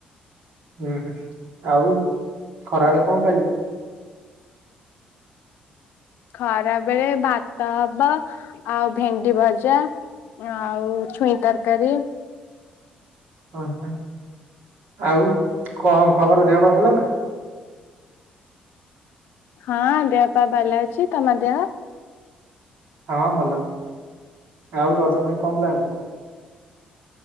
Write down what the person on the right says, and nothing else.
ହଁ ହଁ ଆଉ ଖରାବେଳେ କଣ ଖାଇବୁ?
ଉଁ ହୁଁ ଆଉ କଣ ଖବର ଦେହ ପା ଭଲ ନା
ହଁ ଭଲ ଆଉ ରଜ ପାଇଁ କଣ ପ୍ଲାନ?